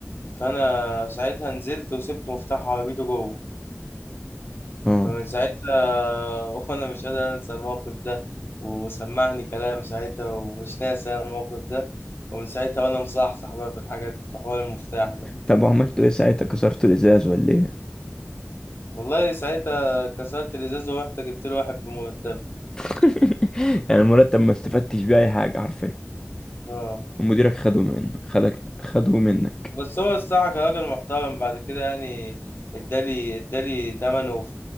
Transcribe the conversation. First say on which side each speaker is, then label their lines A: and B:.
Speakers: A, on the left (about 55°); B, on the left (about 15°).
A: فانا ساعتها نزلت وسبت مفتاح عربيته جوه
B: اه
A: فمن ساعتها <laughs> وانا مش قادر انسى الموقف ده وسمعني كلام ساعتها ومش ناسي أنا الموقف ده ومن ساعتها وانا مصحصح بقى في الحاجات في حوار المفتاح ده
B: طب وعملتوا ايه ساعتها كسرتوا الازاز ولا ايه
A: والله ساعتها كسرت الازاز ورحت جبت له واحد بمرتب
B: <laughs> يعني المرتب ما استفدتش بيه اي حاجه حرفيا
A: اه
B: ومديرك خده منك خدك خده منك
A: بس هو الصراحه كان راجل محترم بعد كده يعني ادالي ادالي تمنه في